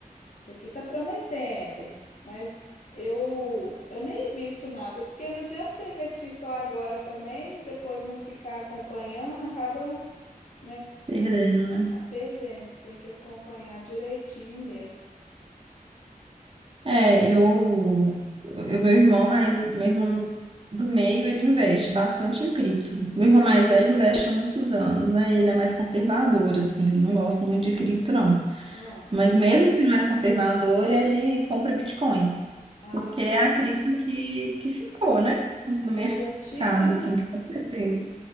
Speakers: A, on the left; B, on the right.
A: Aqui tá prometendo, mas eu eu nem invisto nada, porque não adianta você investir só agora também, e depois não ficar acompanhando, acaba, né,
B: perdendo, né?
A: a perdendo. Tem que acompanhar direitinho mesmo.
B: É, eu, eu, meu irmão mais, meu irmão do meio, ele investe bastante em cripto. Meu irmão mais velho investe há muitos anos, né? Ele é mais conservador, assim, ele não gosta muito de cripto, não.
A: Ah,
B: Mas mesmo sendo mais conservador, ele compra Bitcoin,
A: a,
B: porque é a cripto que, que ficou, né?
A: a
B: No
A: mais
B: mercado,
A: antiga, né?
B: assim, que estabeleceu.